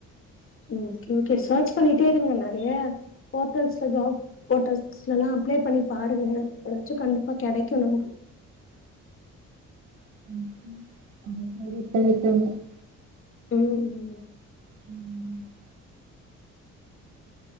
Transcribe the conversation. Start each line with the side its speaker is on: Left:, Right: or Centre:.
Left: ஓகே ஓகே சர்ச் பண்ணிட்டே இருங்க நெறைய போர்டல்ஸ்ல ஜாப் போட்டோஸ்ல ல்லா அப்ளே பண்ணி பாருங்க ஏதாச்சு கண்டிப்பா கெடைக்கு நமக்கு
Right: <unintelligible>
Left: ம் ம்
Right: ம் <inaudible>